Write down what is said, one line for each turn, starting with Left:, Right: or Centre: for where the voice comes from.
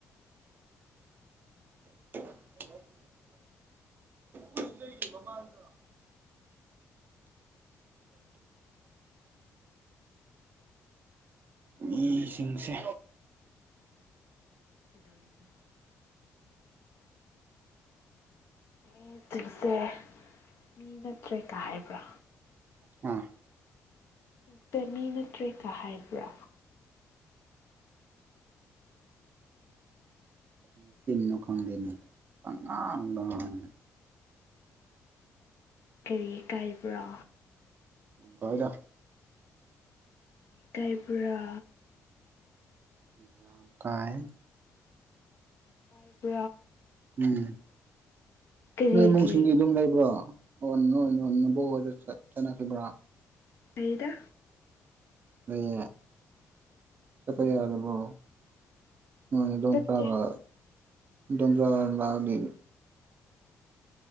Right: <inaudible> ꯄꯨꯁ ꯂꯩ <unintelligible> ꯃꯕꯥꯜꯗ ꯎꯁꯤꯡꯁꯦ
Left: ꯁꯤꯗ ꯑꯣꯏꯗ ꯑꯦꯁꯤꯡꯁꯦ ꯃꯤ ꯅꯠꯇ꯭ꯔꯦ ꯀ ꯍꯥꯏꯕ꯭ꯔꯥ
Right: ꯑ
Left: ꯛꯇ ꯃꯤ ꯅꯠꯇ꯭ꯔꯦ ꯀꯥ ꯍꯥꯏꯕ꯭ꯔꯥ
Right: ꯀꯔꯤ ꯁꯤꯟꯅꯣ ꯈꯪꯗꯦꯅꯦ ꯑꯉꯥꯡꯕꯪꯉꯤ
Left: ꯀꯔꯤ ꯀꯥꯏꯕ꯭ꯔꯣ
Right: ꯀ ꯑꯣꯏꯗ
Left: ꯀꯥꯏ ꯄꯨꯔꯥ
Right: ꯖꯝ ꯀꯥꯏ
Left: ꯀꯥꯏ ꯄ
Right: ꯎꯝ
Left: ꯀꯔꯤꯒꯤ
Right: ꯅꯣꯏ ꯅꯨꯡꯁꯤꯡꯒꯤ ꯑꯗꯨꯝ ꯂꯩꯕ꯭ꯔꯣ ꯑꯣ ꯅꯣꯏ ꯅꯕ ꯆꯠ ꯆꯅꯁꯤꯈꯤꯕ꯭ꯔꯥ
Left: ꯑꯩꯩꯗ
Right: ꯂꯩ ꯆꯠꯄ ꯌꯥꯗꯕꯣ ꯅꯅꯦ ꯗꯣꯟ
Left: ꯆꯠꯇꯦ
Right: ꯇ꯭ꯔꯥꯕ ꯗꯨꯝ꯭ꯔꯥ ꯂꯎꯅꯤ